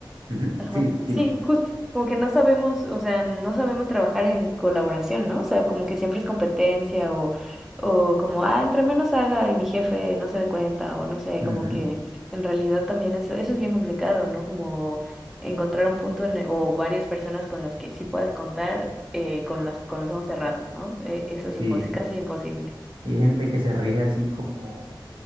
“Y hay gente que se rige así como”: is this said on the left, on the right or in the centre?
Right